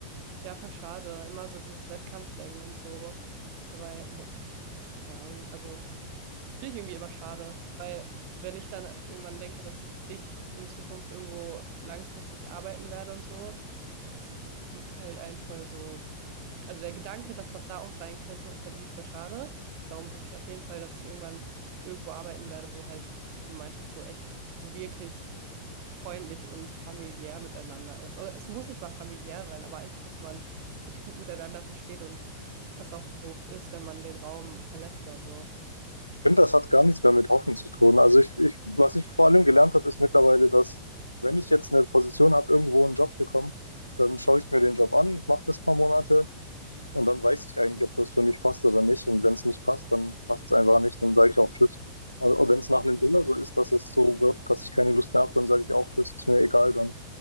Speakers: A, on the right; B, on the left.
A: Ja, voll schade. Immer so dieses Wettkampfdenken und so. Dabei, mu- ich, keine Ahnung, also finde ich irgendwie immer schade, weil wenn ich dann irgendwann denke, dass ich in Zukunft irgendwo langfristig arbeiten werde und so, das macht halt einen voll so also der Gedanke, dass das da auch sein könnte, ist halt irgendwie voll schade. Darum hoffe ich auf jeden Fall, dass ich irgendwann irgendwo arbeiten werde, wo halt die Gemeinschaft so echt, so wirklich freundlich und familiär miteinander ist. Oder es muss nicht mal familiär sein, aber einfach, dass man sich gut miteinander versteht und das auch so ist, wenn man den Raum verlässt oder so.
B: Ich finde, das hat gar nichts mehr mit Hoffen zu tun. Also ich, ich, was ich vor allem gelernt habe, ist mittlerweile, dass wenn ich jetzt eine Position habe, irgendwo einen Job bekomme, dann schaue ich mir den Job an, ich mache das ein paar Monate und dann weiß ich eigentlich, ob das für mich passt oder nicht. Und wenn es nicht passt, dann passt es einfach nicht, dann sage ich auch Tschüss. Und wenn es nach einem Dinner so ist, dass es so wird, dass ich keine Lust mehr habe, dann sage ich auch Tschüss, ist mir egal dann.